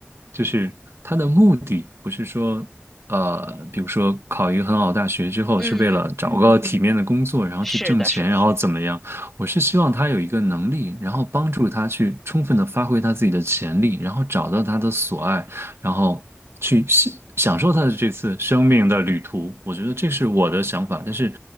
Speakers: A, on the right (about 80°); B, in the centre.
A: 就是他的目的不是说，呃，比如说考一个很好的大学之后是为了找个体面的工作，
B: 嗯，
A: 然后去挣钱，
B: 是的，是的。
A: 然后怎么样？我是希望他有一个能力，然后帮助他去充分的发挥他自己的潜力，然后找到他的所爱。然后去享享受他的这次生命的旅途。我觉得这是我的想法，但是